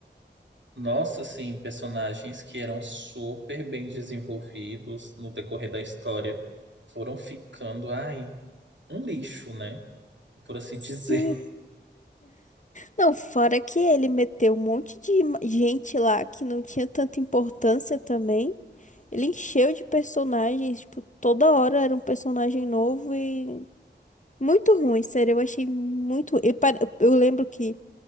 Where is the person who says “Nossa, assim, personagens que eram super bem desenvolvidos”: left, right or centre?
Right